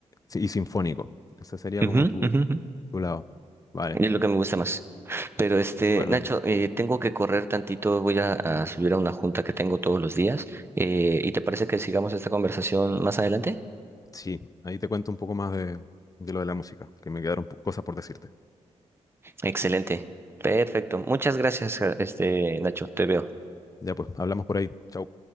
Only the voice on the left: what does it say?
sí, y sinfónico. Ese sería
como tu,
tu lado. Vale,
súper
bien.
Sí, ahí te cuento un poco más de, de lo de la música, que me quedaron po- cosas por decirte.
Ya pues, hablamos por ahí. Chau.